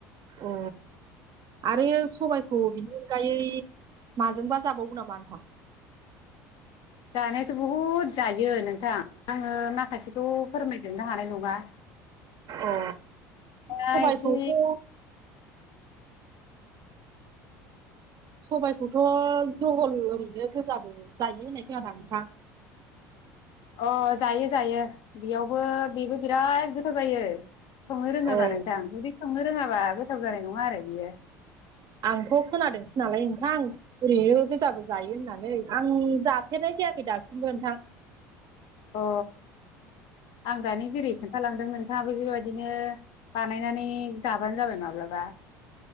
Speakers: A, on the right; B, on the left.
A: अ आरोयो सबायाइखौ बेनि अनगायै माजोंबा जाबावगौ नामा नोंथां
B: जानायाथ' बहुद जायो नोंथां आङो माखासेखौ फोरमायगोन नो हानाय नङा
A: अ
B: दा
A: सबायाइखौथ'
B: एसे
A: सबायखौथ' जहल ओरैनो गोजाबो जायो होननाय खोनादो आं नोंथां <unintelligible>
B: अ जायो जायो बेयावबो बेबो बिराद गोथाव जायो संनो रोङोबा
A: औ
B: नोंथां जुदि संनो रोङाबा गोथाव जानाय नङा आरो बियो
A: आंथ' खोनादोंसो नालाय नोंथां ओरैनो गोजाबो जायो होननानै आं आं जाफेरनाय जायाखै दासिमबो नोंथां।
B: अ आं दानि जेरै खोन्थालांदोंमोन नोंथाङाबो बेबायदिनो बानायनानै जाबानो जाबाय माब्लाबा